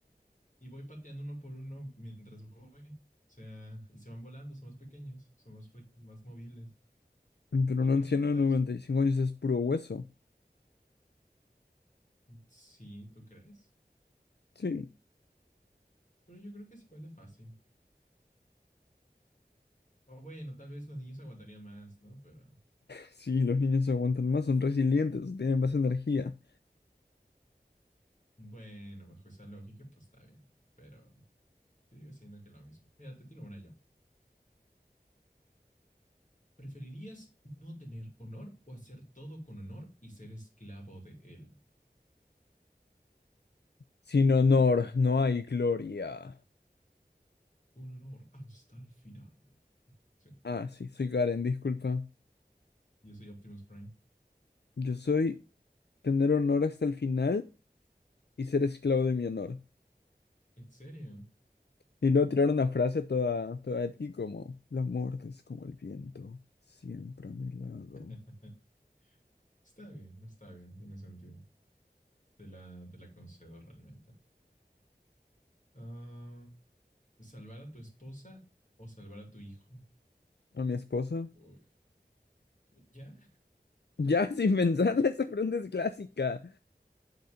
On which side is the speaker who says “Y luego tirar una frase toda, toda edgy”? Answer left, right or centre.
Left